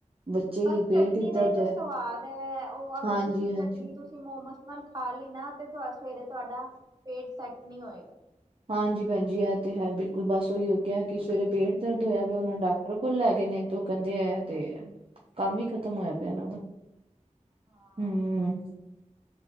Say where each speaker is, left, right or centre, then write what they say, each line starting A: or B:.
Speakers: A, on the right; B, on the right.
A: ਬੱਚੇ
B: ਬਸ
A: ਹੀ ਪੇਟ
B: ਚਟਨੀ
A: ਹੀ
B: ਦਾ
A: ਦਰਦ
B: ਈ ਤਾਂ
A: ਹੋਇਆ
B: ਸਵਾਦ ਐ, ਓ ਅਗਰ
A: ਹਾਂਜੀ
B: ਤੁਸੀਂ
A: ਹਾਂਜੀ
B: ਚਟਨੀ ਤੁ ਮੋਮੋਸ ਨਾਲ ਖਾ ਲੀ ਨਾ ਤੇ ਤੂਆ ਸਵੇਰੇ ਤੁਆਡਾ ਪੇਟ ਸੈਟ ਨੀ ਹੋਏਗਾ।
A: ਹਾਂਜੀ ਪੈਣ ਜੀ ਐ ਤੇ ਹੈ ਬਿਲਕੁਲ ਬਸ ਓਈ ਓ ਕੇਆ ਕਿ ਸਵੇਰੇ ਪੇਟ ਦਰਦ ਹੋਯਾ ਫੇ ਓਨਾਂ ਨੇ ਡਾਕ ਟਰ ਕੋਲ ਲੈਗੇ ਨੇ ਤੇ ਓ ਕੈਦੇ ਐ ਤੇ, ਕੰਮ ਈ ਖਤਮ ਹੋਯਾ ਪੈਣਾ ਦਾ,
B: ਬਸ ਹਾਂ
A: ਹੂੰ।